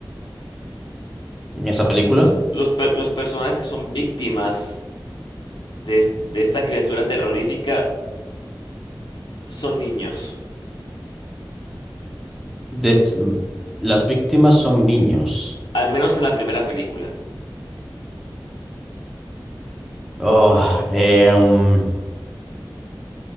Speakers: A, in the centre; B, on the left (about 70°).
A: En esa película,
B: los, los, per- los personajes que son víctimas de, es- de esta criatura terrorífica son niños.
A: de... las víctimas son niños.
B: Al menos en la primera película.
A: Oh, eh, mm,